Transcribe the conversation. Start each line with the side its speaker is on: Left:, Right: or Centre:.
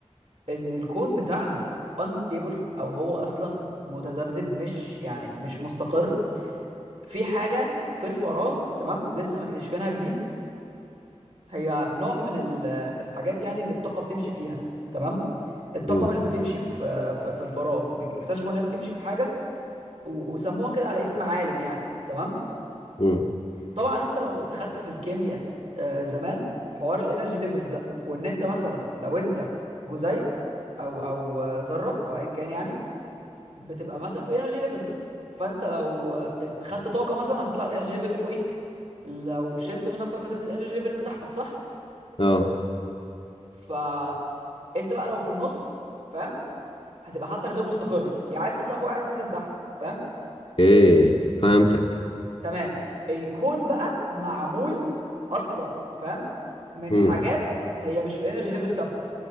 Right: ان الكون بتاعنا unstable او هو اصلا متذبذب مش يعني مش مستقر في حاجة في الفراغ تمام لسه مكتشفينها جديد هي نوع من ال- الحاجات يعني اللي الطاقة بتمشي فيها تمام الطاقة
Left: م-
Right: مش بتمشي في في في الفراغ بيك- اكتشفوا انها بتمشي في حاجة و- وسموها كده على اسم عالم يعني تمام
Left: م.
Right: طبعا انت لو كنت خدت في الكيمياء آه زمان حوار الانرجي ليفلز ده وان انت مثلا لو انت جزيء او او آه، ذره او ايا كان يعني بتبقى مثلا في انرجي ليفلز فانت لو آه، خدت طاقه مثلا هتطلع الانرجي ليفل اللي فوقيك لو شلت منك طاقه تنزل الانرجي ليفل اللي تحتك صح
Left: اه
Right: فانت بقى لو في النص فاهم هتبقى حالتك غير مستقره يا عايز تطلع فوق عايز تنزل تحت فاهم
Left: ايه فهمتك
Right: تمام الكون بقى معمول اصلا فاهم من
Left: امم
Right: حاجات هي مش في انرجي ليفل ثابته